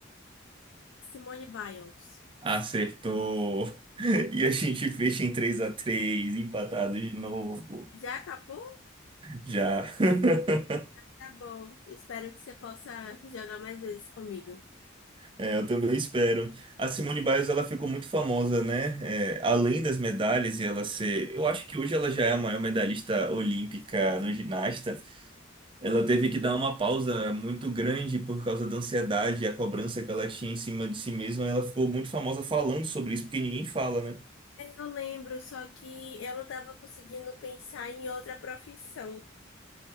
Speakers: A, on the left; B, on the right.
A: Simone Biles.
B: Acertou. <laughs> E a gente fecha em três a três, empatado de novo.
A: Já acabou?
B: Já. <laughs>
A: Tá bom. Espero que você possa jogar mais vezes comigo.
B: É, eu também espero. A Simone Biles, ela ficou muito famosa, né? É, além das medalhas e ela ser... Eu acho que hoje ela já é a maior medalhista olímpica no ginasta. Ela teve que dar uma pausa muito grande por causa da ansiedade e a cobrança que ela tinha em cima de si mesma. Ela ficou muito famosa falando sobre isso, porque ninguém fala, né?
A: Eu lembro, só que eu não estava conseguindo pensar em outra profissão.